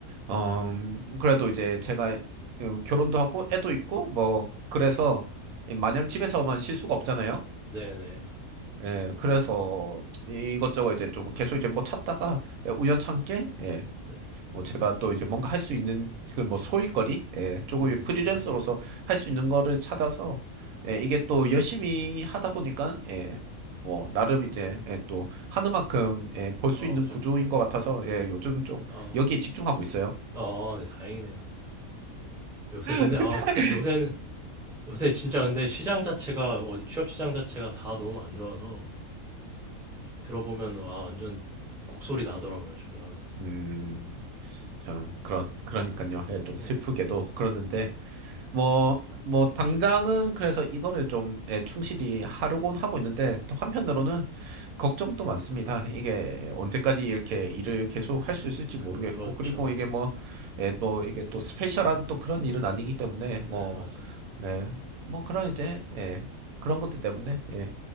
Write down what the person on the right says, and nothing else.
어 그래도 이제 제가 음, 결혼도 하고 애도 있고 뭐 그래서 마냥 집에서만 쉴 수가 없잖아요.
예. 그래서 이것저것 이제 좀 계속 이제 뭐 찾다가 예, 우연찮게 예.
뭐 제가 또 이제 뭔가 할 수 있는 그 뭐 소일거리 예, 조금
프리랜서로서 할 수 있는 거를 찾아서 예, 이게 또 열심히 하다 보니까 예, 뭐 나름 이제 예, 또 하는 만큼 예, 벌
수 있는
구조인 것 같아서 예, 요즘 좀
여기에 집중하고 있어요.
<laughs>
음, 참 그런 그러니까요. 예, 좀
슬프게도 그러는데 뭐, 뭐, 당장은 그래서 이거를 좀 예, 충실히 하려고는 하고 있는데, 또 한편으로는 걱정도 많습니다. 이게 언제까지 이렇게 일을 계속 할 수 있을지
모르겠고, 그리고 이게 뭐,
예, 뭐, 이게 또 스페셜한 또 그런 일은 아니기 때문에,
뭐,
예, 뭐 그런 이제, 예, 그런 것들 때문에, 예,